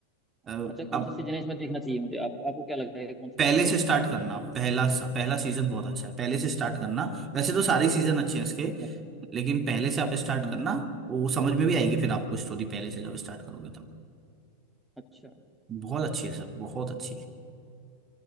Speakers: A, on the right; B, in the centre.
A: अ,
B: अच्छा
A: अब
B: कौन सा सीजन इसमें देखना चाहिए मुझे आपको आपको क्या लगता है कि कौन सा
A: पहले
B: सीजन
A: से
B: देखना
A: स्टार्ट
B: चाहिए मुझे
A: करना
B: इसमें
A: पहला पहला सीजन बहुत अच्छा है पहले से स्टार्ट करना वैसे तो सारे सीजन अच्छे हैं इसके
B: अच्छा
A: लेकिन पहले से आप स्टार्ट
B: हम्म
A: करना वो समझ में भी आएगी फिर आपको स्टोरी पहले से जब स्टार्ट करोगे तब
B: अच्छा
A: बहुत अच्छी है सर बहुत अच्छी है